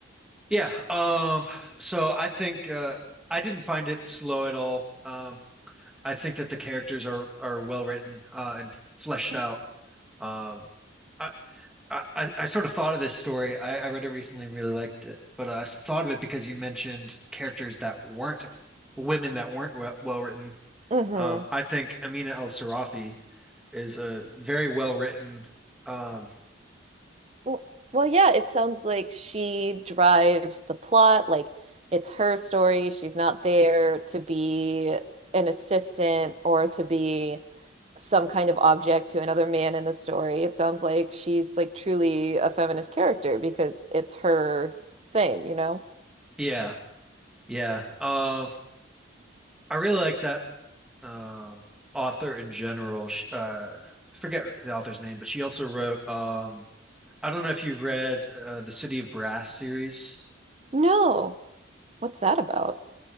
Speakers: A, in the centre; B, on the right.
A: yeah. Um, so I think uh, I didn't find it slow at all. Um, I think that the characters are are well written uh, and fleshed
B: Mm-hmm.
A: out. Um, I, I I sort of thought of this story. I, I read it recently and really liked it, but I thought of it because you mentioned characters that weren't women that weren't well, well written.
B: Mm-hmm.
A: Um, I think Amina El Sarafi is a very well written. Um,
B: Well, well, yeah, it sounds like she drives the plot. Like it's her story. She's not there to be an assistant or to be some kind of object to another man in the story. It sounds like she's like truly a feminist character because it's her thing, you know?
A: yeah, Yeah. Um, I really like that um author in general. Sh uh, I forget the author's name, but she also wrote um I don't know if you've read uh, the City of Brass series.
B: No. What's that about?